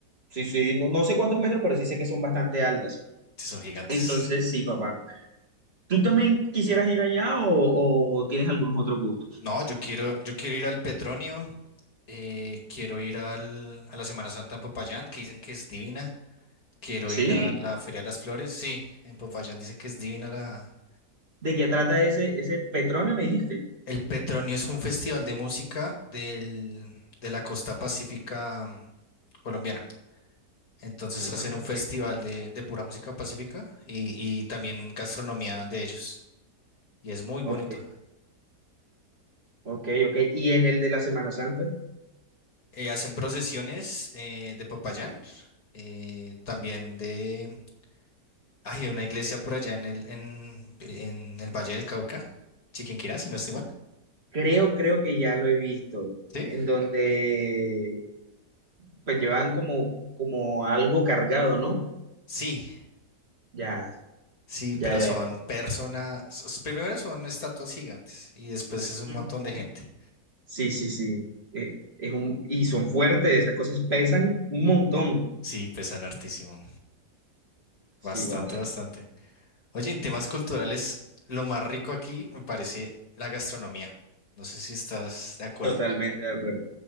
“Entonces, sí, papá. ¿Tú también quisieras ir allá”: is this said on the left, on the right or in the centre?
Right